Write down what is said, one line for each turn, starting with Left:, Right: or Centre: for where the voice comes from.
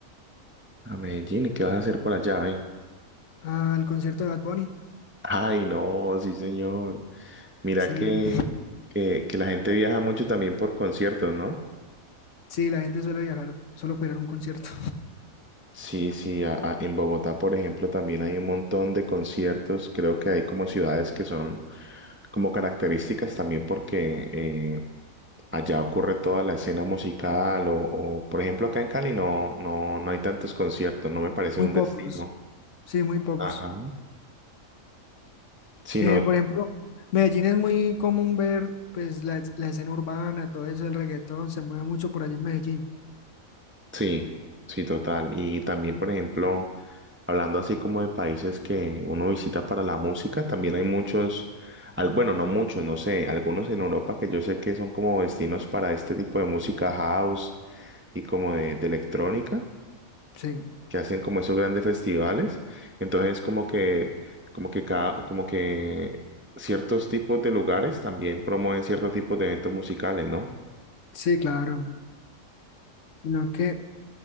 Right: A Medellín, ¿y qué vas a hacer por allá, ve?
Left: al concierto de Bad Bunny.
Right: Ay, no, sí, señor. Mira
Left: Sí,
Right: que, que, que la gente viaja mucho también por conciertos, ¿no?
Left: sí, la gente suele viajar solo para ir a un concierto.
Right: Sí, sí, a- a- en Bogotá, por ejemplo, también hay un montón de conciertos. Creo que hay como ciudades que son como características también porque eh, allá ocurre toda la escena musical o, o, por ejemplo, acá en Cali no, no, no hay tantos conciertos, no me parece
Left: Muy
Right: un
Left: pocos,
Right: destino.
Left: sí, muy pocos.
Right: Ajá. Sino
Left: Eh, por ejemplo, Medellín es muy común ver pues la, es- la escena urbana, todo eso, el reggaetón, se mueve mucho por allá en Medellín.
Right: Sí, sí, total. Y también, por ejemplo, hablando así como de países que uno visita para la música, también hay muchos, al, bueno, no muchos, no sé, algunos en Europa que yo sé que son como destinos para este tipo de música house y como de, de electrónica,
Left: Sí,
Right: que hacen como esos grandes festivales. Entonces, como que, como que cada, como que ciertos tipos de lugares también promueven ciertos tipos de eventos musicales, ¿no?
Left: sí, claro. Sino que,